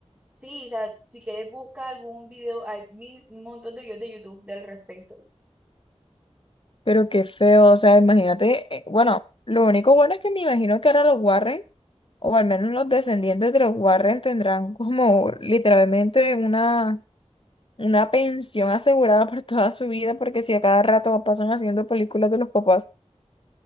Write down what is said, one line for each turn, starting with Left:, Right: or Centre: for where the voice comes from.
Right: Sí, o sea, si quieres busca algún video, hay mil, un montón de videos de YouTube del respecto.
Left: Pero qué feo, o sea, imagínate, eh, bueno, lo único bueno es que me imagino que ahora los Warren, o al menos los descendientes de los Warren, tendrán como literalmente una, una pensión asegurada por toda su vida, porque si a cada rato pasan haciendo películas de los papás.